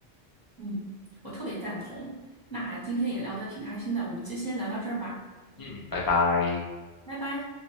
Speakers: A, in the centre; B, on the left (about 25°).
A: 嗯，我特别赞同。那今天也聊得挺开心的，我们就先聊到这儿吧，
B: 嗯，拜拜。
A: 拜拜。